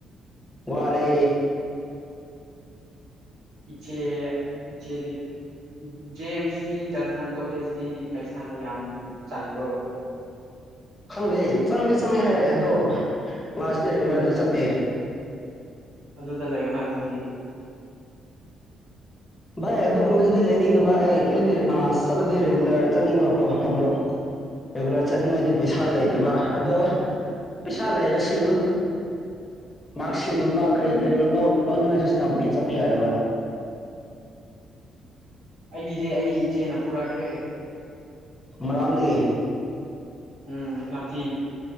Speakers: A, on the left (about 20°); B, on the right (about 80°).
A: ꯋꯥꯔꯦ
B: ꯏꯆꯦ ꯏꯆꯦꯗꯤ ꯖꯦ ꯑꯦꯝ ꯁꯤ ꯖꯖꯅꯥ ꯀꯣꯂꯦꯖꯇ ꯄꯩꯁꯥ ꯌꯥꯝ ꯆꯪꯕ꯭ꯔꯣ
A: ꯈꯪꯗꯦ ꯆꯪꯗꯤ ꯆꯪꯉꯦ ꯍꯥꯏꯌꯦ ꯑꯗꯣ ꯀ꯭ꯂꯥꯁ ꯔꯤꯒꯨꯂꯔ ꯆꯠꯇꯦ
B: ꯑꯗꯨꯗ ꯂꯩꯌꯣꯅ ꯑꯗꯨꯗꯤ
A: ꯚꯥꯏ ꯑꯗꯨꯒꯨꯝꯕꯗꯨꯗꯤ ꯂꯩꯅꯤꯡꯗꯕ ꯑꯩ ꯑꯩꯗꯤ ꯆꯠꯂꯗꯤ ꯔꯤꯒꯨꯂꯔ ꯆꯠꯅꯤꯡꯕꯀꯣ ꯑꯗꯣ ꯔꯤꯒꯨꯂꯔ ꯆꯠꯅꯤꯡꯉꯥꯏꯗꯤ ꯄꯩꯁꯥ ꯂꯩꯇꯕ ꯑꯗꯣ ꯄꯩꯁꯥ ꯂꯩꯔꯁꯨꯃꯤ ꯃꯥꯔꯁ ꯁꯤꯒꯨꯝꯕ ꯀꯔꯤ ꯀꯔꯤ ꯂꯧꯅꯤꯡꯉꯥꯏꯁꯨ ꯁꯦꯅꯥꯄꯇꯤ ꯆꯠꯄ ꯌꯥꯗꯕ
B: ꯑꯩꯒꯤꯗꯤ ꯑꯩꯒꯤ ꯏꯆꯦꯅ ꯄꯨꯔꯛꯈ꯭ꯔꯦ
A: ꯃꯔꯔꯣꯟꯗꯒꯤ
B: ꯎꯝ ꯁꯇꯤ